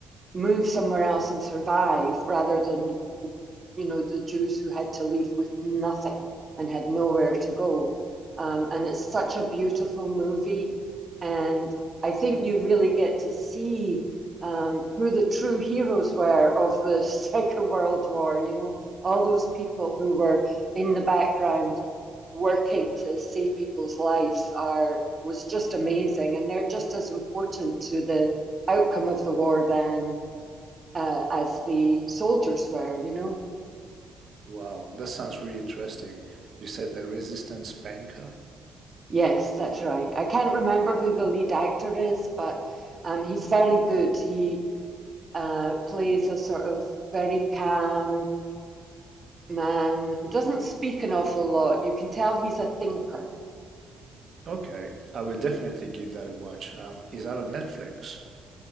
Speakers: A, on the right; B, on the right.
A: move somewhere else and survive rather than the, the, you know the Jews who had to leave with nothing and had nowhere to go. Um, and it's such a beautiful movie, and I think you really get to see um, who the true heroes were of the <laughs> Second World War. You know, all those people who were in the background working to save people's lives are was just amazing, and they're just as important to the outcome of the war than uh, as the soldiers were, you know?
B: Wow, that sounds really interesting. You said the Resistance Banker?
A: Yes, that's right. I can't remember who the lead actor is, but um, he's very good. He uh, plays a sort of very calm man who doesn't speak an awful lot. You can tell he's a thinker.
B: Okay, I will definitely give that a watch. Um, is that on Netflix?